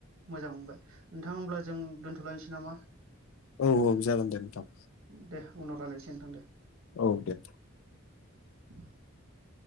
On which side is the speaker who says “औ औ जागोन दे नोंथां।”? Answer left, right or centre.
Left